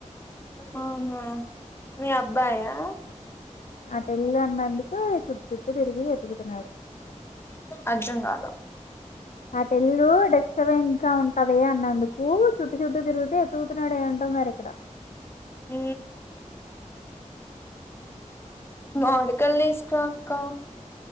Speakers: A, on the left (about 20°); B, on the left (about 75°).
A: అవునా మీ అబ్బాయా
B: పెళ్లి అన్నందుకూ ఈ చుట్టు చుట్టూ తిరిగి ఎతుకుతున్నాడు
A: అర్ధం కాల
B: అటెళ్ళు డిస్టబెన్ గా ఉంటది అన్నందుకు చుట్టు చుట్టూ తిరుగుతు ఎతుకుతున్నాడు ఏంటో మరి ఇక్కడ
A: ఊ మౌవ్డ్ కాయిల్ తీస్కురా అక్కా